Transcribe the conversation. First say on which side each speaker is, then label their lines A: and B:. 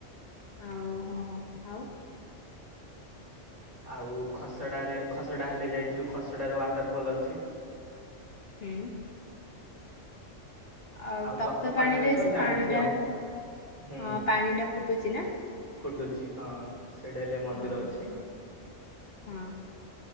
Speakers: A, on the left; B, on the left.
A: ଓଉହୋ ହୋ ଆଉ
B: ଆଉ ଖସଡାରେ ଖସଡା ହେଲେ ଯାଇଥିଲୁ ଖସଡ ୱାଟର ଫଲ ଅଛି
A: ହୁଁ ଆଉ ତପ୍ତ
B: ତପ୍ତପାଣିରେ
A: ପାଣିରେ
B: ତ
A: ସେ
B: ଜାଣିଥିବ
A: ପାଣି ଟା
B: ହୁଁ
A: ହଁ ପାଣି ଟା ଫୁଟୁଚି ସିନା
B: ଫୁଟୁଛି ହଁ ସେଇଟା ହେଲେ ମନ୍ଦିର
A: ହଁ
B: ଅଛି
A: ହଁ